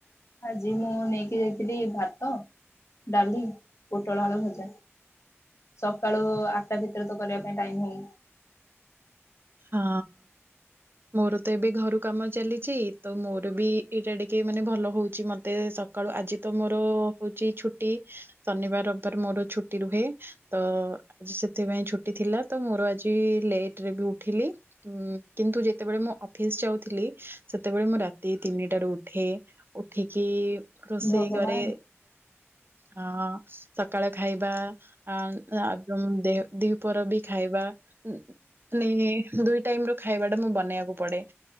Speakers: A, on the left; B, on the right.
A: ଆଜି ମୁଁ ନେଇକି ଯାଇଥିଲି ଭାତ ଡାଲି ପୋଟଳ ଆଳୁ ଭଜା ସକାଳୁ ଆଠଟା ଭିତରେ ତ କରିବା ପାଇଁ ଟାଇମ ହଉ
B: ହଁ ମୋର ତ ଏବେ ଘରୁ କାମ ଚାଲିଛି ତ ମୋର ବି ଏଇଟା ଟିକେ ମାନେ ଭଲ ହଉଛି ମତେ ସକାଳୁ ଆଜି ତ ମୋର ହଉଛି ଛୁଟି ଶନିବାର ରବିବାର ମୋର ଛୁଟି ରୁହେ ତ ଆଜି ସେଥିପାଇଁ ଛୁଟି ଥିଲା ତ ମୋର ଆଜି ଲେଟ ରେ ବି ଉ ଠୀଲି କିନ୍ତୁ ଯେତେବେଳେ ମୁଁ ଅଫିସ ଯାଉଥିଲି ସେତେବେଳେ ମୁଁ ରାତି ତିନିଟାରୁ ଉଠେ। ଉଠିକି ରୋଷେଇ
A: ଭଗବାନ
B: କରେ। ହଁ ସକାଳ ଖାଇବା ଆ ଆ ଦେହ ଦିପ ବି ଖାଇବା ଉଁ ମାନେ ଦୁଇ ଟାଇମ ର ଖାଇବା ବେନେଇବାକୁ ପଡେ